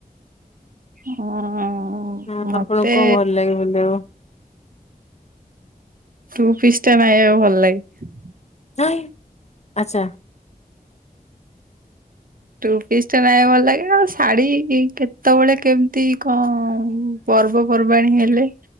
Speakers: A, on the right; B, on the left.
A: ହଁ। ହଁ
B: ହଁ
A: ମତେ
B: ଆପଣଙ୍କୁ କଣ ଭଲ ଲାଗେ ପିନ୍ଧିବାକୁ?
A: ଟୁପିଷ୍ ଟା ନାଇବାକୁ ଭଲ ଲାଗେ।
B: ହ ଆଛା।
A: ଟୁପିସ୍ ଟା ନାଇଁ ଭଲ ଲାଗେ ଆଉ ଶାଢୀ କେତେବେଳେ କେମିତି କଣ? ପର୍ବପର୍ବାଣୀ ହେଲେ